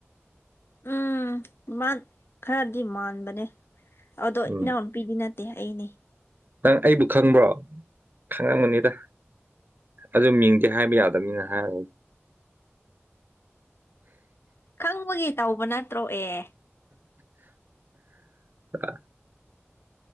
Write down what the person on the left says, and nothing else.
ꯎꯝ ꯈꯔꯗꯤ ꯃꯥꯟꯕꯅꯦ ꯑꯗꯣ
ꯏꯅꯥꯎꯄꯤꯗꯤ ꯅꯠꯇꯦ ꯗꯦ ꯑꯩꯅꯦ
ꯈꯪꯕꯒꯤ ꯇꯧꯕ ꯅꯠꯇ꯭ꯔꯣ ꯑꯦ